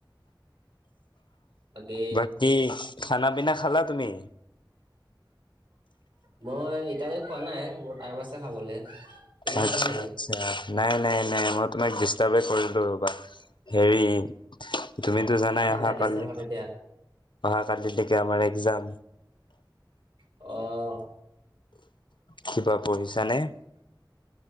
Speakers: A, on the right; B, on the left.
A: বাকী
B: বাকী খানা পিনা খালা তুমি?
A: মই এতিয়ালৈকে খোৱা নাই, মোৰ টাইম আছে খাবলে। তুমি
B: আচ্ছা
A: খালা নেকি
B: আচ্ছা। নাই নাই নাই, মই তোমাক ডিষ্টাৰ্বে কৰিলো ৰ'বা হেৰি তুমিতো জানাই
A: নাই
B: অহা
A: নাই ডিষ্টাৰ্ব
B: কালি,
A: হোৱা নাই দিয়া
B: অহা কালি লেকে আমাৰ এক্সাম।
A: অ'।
B: কিবা পঢ়িছানে?